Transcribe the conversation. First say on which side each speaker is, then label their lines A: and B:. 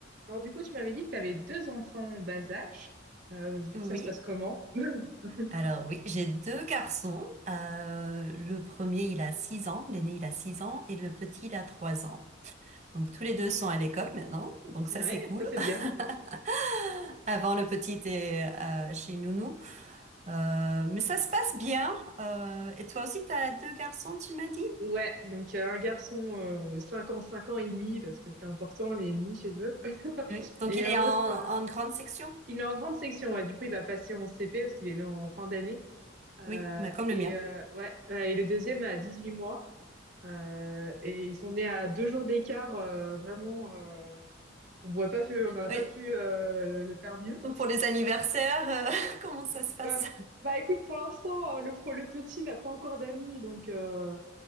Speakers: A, on the right; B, on the right.
A: Alors du coup, tu m'avais dit que tu avais deux enfants en bas âge. Euh, du
B: Oui,
A: coup, ça se passe comment? <laughs>
B: alors oui, j'ai deux garçons. Euh, le premier, il a 6 ans, l'aîné, il a 6 ans, et le petit, il a 3 ans. Donc tous les deux sont à l'école maintenant, donc
A: Ouais,
B: ça c'est cool.
A: ça c'est bien.
B: <laughs> Avant, le petit était euh, chez Nounou. Euh, mais ça se passe bien. Euh, et toi aussi, t'as deux garçons, tu m'as dit?
A: Ouais, donc euh, un garçon euh, de 5 ans, 5 ans et demi, parce que c'est important les ennemis chez eux. <laughs>
B: Oui. Donc
A: Et
B: il
A: un
B: est en,
A: autre,
B: en
A: euh,
B: grande section?
A: il est en grande section, ouais, du coup il va passer en CP parce qu'il est né en fin d'année. Euh,
B: Oui, bah, comme
A: et,
B: le mien.
A: euh, ouais, euh, et le deuxième a dix huit mois. Euh, et ils sont nés à deux jours d'écart, euh, vraiment, euh, on voit pas pu, on n'aurait
B: Oui.
A: pas pu euh, le faire mieux.
B: Donc pour les anniversaires, euh, <laughs> comment ça se passe?
A: Euh, bah écoute, pour l'instant, euh, le, pro- le petit n'a pas encore d'amis, donc euh,